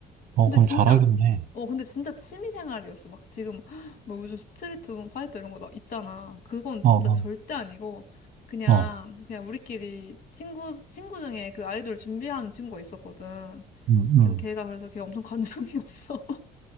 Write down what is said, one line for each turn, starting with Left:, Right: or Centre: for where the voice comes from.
Right: 어,
Left: 근데
Right: 그럼
Left: 진짜,
Right: 잘하겠네.
Left: 어, 근데 진짜 취미생활이었어. 막 지금, <gasps> 뭐 요즘 스트리트 우먼 파이터 이런 거 나 있잖아. 그건
Right: 어,
Left: 진짜
Right: 어,
Left: 절대 아니고, 그냥,
Right: 어,
Left: 그냥 우리끼리 친구, 친구 중에 그 아이돌 준비하는 친구가 있었거든.
Right: 응, 응,
Left: 그래서 걔가 그래서 걔 엄청 관종이었어. <laughs>